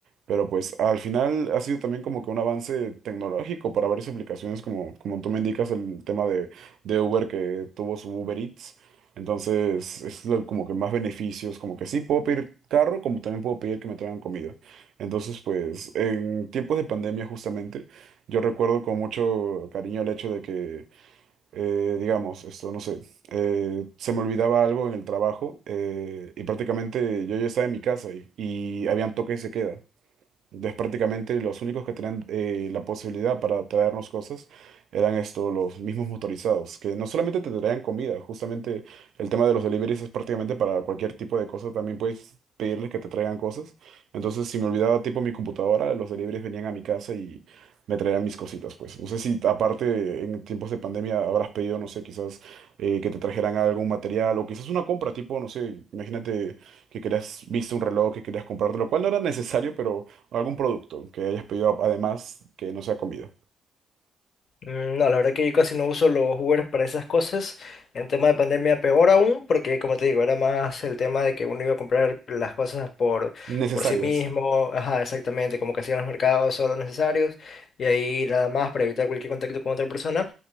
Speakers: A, on the right (about 70°); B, on the left (about 55°).
A: Pero pues al final ha sido también como que un avance tecnológico para varias aplicaciones como, como tú me indicas el tema de, de Uber que tuvo su Uber Eats. Entonces es lo- como que más beneficios, como que sí puedo pedir carro, como también puedo pedir que me traigan comida. Entonces pues en tiempos de pandemia justamente yo recuerdo con mucho cariño el hecho de que, eh, digamos, esto, no sé, eh, se me olvidaba algo en el trabajo eh, y prácticamente yo ya estaba en mi casa y, y habían toque y se queda. Entonces, prácticamente los únicos que tenían eh, la posibilidad para traernos cosas eran estos, los mismos motorizados, que no solamente te traían comida, justamente el tema de los deliveries es prácticamente para cualquier tipo de cosa, también puedes pedirles que te traigan cosas. Entonces, si me olvidaba tipo mi computadora, los deliveries venían a mi casa y me traían mis cositas, pues. No sé si aparte en tiempos de pandemia habrás pedido, no sé, quizás eh, que te trajeran algún material o quizás una compra, tipo, no sé, imagínate que querías, viste un reloj que querías comprarte, lo cual no era necesario, pero o Algún producto que hayas pedido además que no sea comida.
B: Mm, No, la verdad que yo casi no uso los Ubers para esas cosas. En tema de pandemia, peor aún, porque como te digo, era más el tema de que uno iba a comprar las cosas por,
A: Necesarias.
B: por sí mismo. Ajá, exactamente, como que hacían los mercados solo necesarios y ahí nada más para evitar cualquier contacto con otra persona.